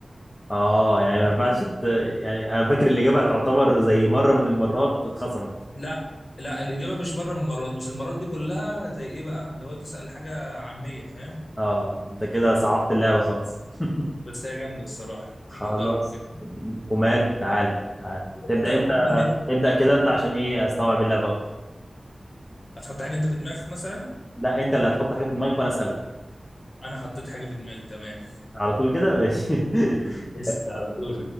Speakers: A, on the left; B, on the left.
A: اه يعني ما ينفعش ت... يعني انا فاكر الاجابة هتعتبر زي مرة من المرات اتخصمت
B: لا لا الاجابه مش مره من المرات بس المرات دي كلها زي ايه بقى اللي هو تسال حاجه عاميه فاهم
A: اه آه، انت كده صعبت اللعبة خالص <laughs>
B: بس هي جامده الصراحه
A: خلاص
B: تيجي نجرب كده
A: ومال تعال تعال
B: كده
A: تبدأ
B: هتبقى
A: انت
B: اجمل مني
A: ابدأ كده انت عشان ايه استوعب اللعبة اكتر
B: هتحط حاجه انت في دماغك مثلا
A: لا انت اللي هتحط حاجة في دماغك وانا اسألك
B: انا حطيت حاجه في دماغي تمام
A: على طول كده ماشي <laughs>
B: اسأل على طول